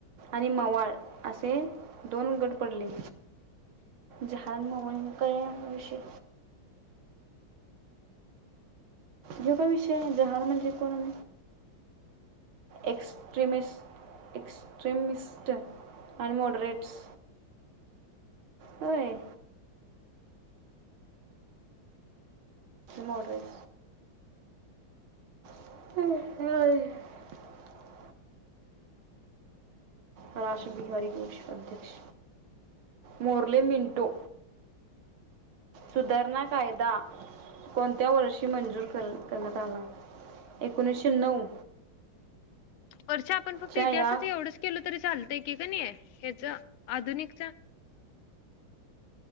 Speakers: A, on the right; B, on the left.
A: आणि मवाळ असे दोन गट पडले. जहाल मवाळ हे काय विषय जो काय विषय ये जहाल म्हणजे कळले एक्स्ट्ररेमिस्ट एक्स्ट्रिमिस्ट आणि मॉडरेट्स व्हय मॉडरेट <unintelligible> राशबिहारी घोष अध्यक्ष. मोरले मिंटो सुधारणा कायदा कोणत्या वर्षी मंजूर कर, करण्यात आला? एकोणीशे नऊ.
B: वरचं आपण फक्त
A: च्या
B: इतिहासचं
A: या
B: एवढच केलं तरी चालतंय ह्य क नये हेचं, आधुनिकचं